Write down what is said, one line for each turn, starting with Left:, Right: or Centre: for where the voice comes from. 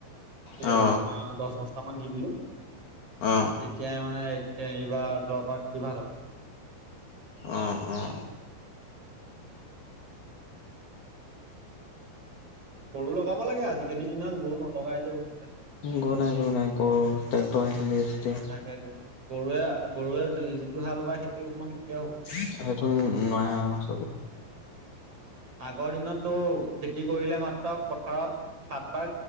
Left: অ
Right: এব দহ বস্তা মান দি দিলো তেতিয়াই
Left: অ
Right: মানে এইবাৰ যোৱাৰ পৰা খেতি ভাল
Left: অ' অ'
Right: গৰু লগাব লাগে। আজিকালি দিনত গৰু নলগাই যে বহুতে
Left: গৰু নাই গৰু নাই গৰু তক্টৰ আহিলে যেতিয়া
Right: তাকেতো গৰুৱে গৰুৱে যিটো হাল বায় সেইটো সমান কেতিয়াও হ'ব
Left: সেইটো নোৱাই আৰু চবেই
Right: আগৰ দিনতটো খেতি কৰিলে মাত্ৰ পথাৰত সাত বাৰ